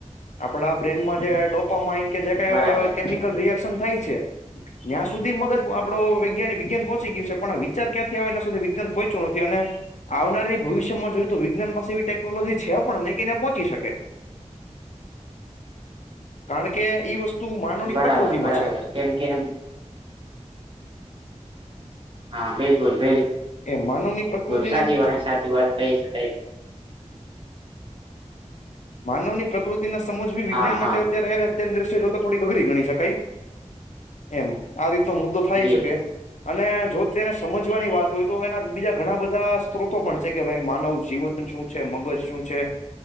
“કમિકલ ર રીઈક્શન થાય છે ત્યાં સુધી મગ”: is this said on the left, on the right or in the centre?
Left